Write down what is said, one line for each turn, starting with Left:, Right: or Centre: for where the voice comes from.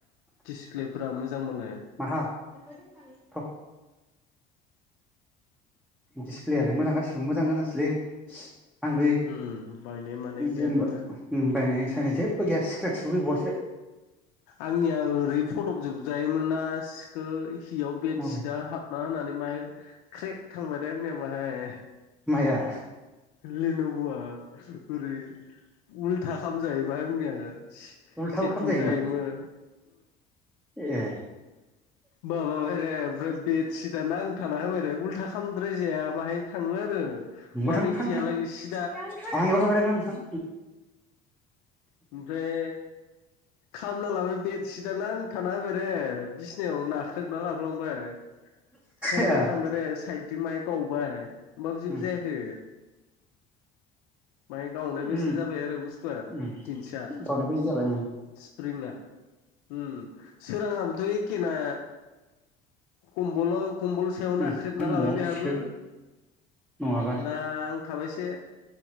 Left: दिसप्लेफोरा मोजांबालाय।
Centre: माहा? <inaudible> दिसप्लेआलाय मोजां गासिबो मोजां गोजासोलै। आं बे
Left: उम बायनाय मानाय गैयाबानो
Centre: जेनेबा बायनाय सायनाय जेबो गैया इसक्रेटसबो गैबावसो।
Left: आंनिया ओरै फदबजोबजायोमोनना सिखै हियाव बेडशिटआ
Centre: मबाइल
Left: हाबना होनानै माहाय क्रेक थांबाय रे आंनिया माहाय।
Centre: माया?
Left: लेन'बुवआ ओरै उलथा खामजायोबा आंनिया।
Centre: उल्थाबो
Left: सेरथुम
Centre: खालामजायोमोन
Left: जायोमोन।
Centre: ए
Left: माबाबाय रे ओमफ्राय बेडसिटआ नां थाना होबायरे उल्था खालामद्रायजाया बाहाय थाङो आरो
Centre: नोंबो
Left: वान
Centre: थां
Left: ओइटियालागै
Centre: थां थां
Left: सि
Centre: आं बेयावनो थाबाय थागोन थां।
Left: ओमफ्राय खामना लाबाय बेडसिटआ नांथाना होबायरे बिस नायाव नाख्रेबना लाफ्लांबाय ख्रेम
Centre: ए
Left: थांबायरे साइदजों माहाय गावबाय। होमबाबो जेबो
Centre: उम
Left: जायाखै। माहाय गावनाय बेायसा
Centre: उम
Left: जाबाय आरो बुस्थुआ
Centre: उम
Left: <unintelligible>
Centre: गावनाय बायदि जाबाय उम
Left: स्प्रिंया ओम। सोराङाबोथ' एखे ना खमबोल' कम्बल सायाव नाख्रेबना
Centre: उम न'आव
Left: लाबाय बेहाबो
Centre: सिगोन नङाबा
Left: नां थाबायसे